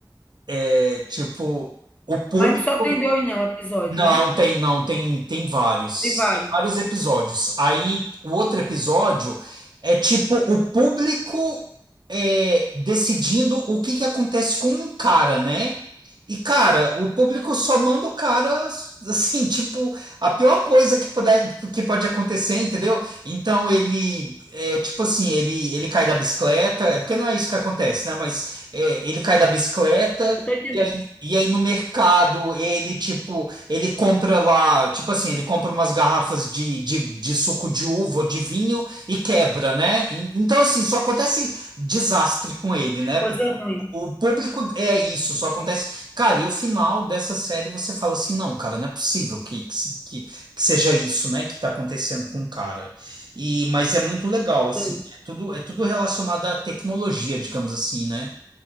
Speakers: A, on the right; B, on the left.
A: É tipo. O público.
B: Mas só tem dois, não, episódio,
A: Não,
B: não?
A: tem, não, tem, tem vários.
B: Tem vários.
A: Tem vários episódios. Aí, o outro episódio é tipo o público é, decidindo o que que acontece com um cara, né? E, cara, o público só manda o cara, assim, <laughs> tipo, a pior coisa que puder, que pode acontecer, entendeu? Então, ele, é, tipo assim, ele, ele cai da bicicleta, é porque não é isso que acontece, né? Mas é, ele cai da bicicleta.
B: Eu tô entendendo.
A: E aí, e aí no mercado ele tipo ele compra lá tipo assim ele compra umas garrafas de, de, de suco de uva ou de vinho e quebra né En- então assim só acontece desastre com ele né
B: Coisa
A: porque o
B: ruim.
A: o público é isso só acontece cara e o final dessa série você fala assim não cara não é possível que que, se- que, que seja isso né que tá acontecendo com o cara e mas é muito legal assim
B: Sei.
A: é tudo é tudo relacionado à tecnologia digamos assim né